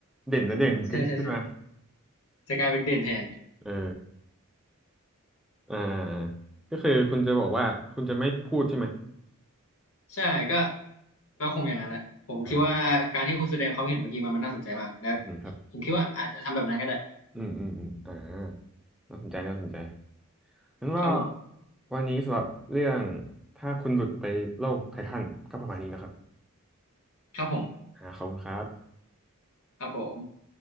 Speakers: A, in the centre; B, on the left.
A: เด่นและเด่นขึ้นขึ้นมา
B: ใช่ใช่ใช่จะกลายเป็นเด่นแทน
A: เอออ่าก็คือคุณจะบอกว่าคุณจะไม่พูดใช่ไหม
B: ใช่ก็ก็คงอย่างนั้นแหละผมคิดว่าการที่คุณแสดงความเห็นเมื่อกี้มันมันน่าสนใจมากและ
A: อ่าครับอืมครับ
B: ผมคิดว่าอาจจะทำแบบนั้นก็ได้
A: อืมอืมอืมอ่าน่าสนใจน่าสนใจงั้นว่า
B: ครับผม
A: วันนี้สำหรับเรื่องถ้าคุณหลุดไปโลกไททันก็ประมาณนี้นะครับ
B: ครับผม
A: อ่าขอบคุณครับ
B: ครับผม